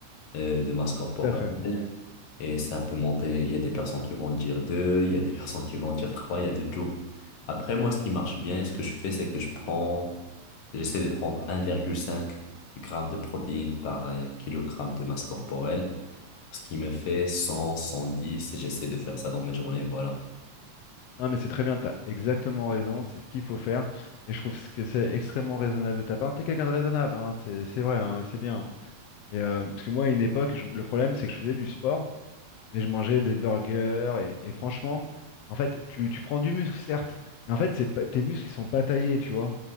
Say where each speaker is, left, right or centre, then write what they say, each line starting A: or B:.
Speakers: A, on the left; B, on the left.
A: euh, de masse corporelle.
B: Tout à fait.
A: Et ça peut monter, il y a des personnes qui vont dire deux, il y a des <laughs> personnes qui vont dire trois, il y a de tout. Après, moi, ce qui marche bien, ce que je fais, c'est que je prends, j'essaie de prendre 1,5 grammes de protéines par euh, kilogramme de masse corporelle, ce qui me fait 100, 110, et j'essaie de faire ça dans mes journées, voilà.
B: Non, mais c'est très bien, t'as exactement raison, c'est ce qu'il faut faire. Et je trouve que c'est extrêmement raisonnable de ta part. T'es quelqu'un de raisonnable, hein, c'est c'est vrai, hein, et c'est bien. Et, euh, parce que moi, à une époque, je- le problème, c'est que je faisais du sport, mais je mangeais des burgers. Et, et franchement, en fait, tu, tu prends du muscle, certes, mais en fait, c'est pas, tes muscles, ils sont pas taillés, tu vois.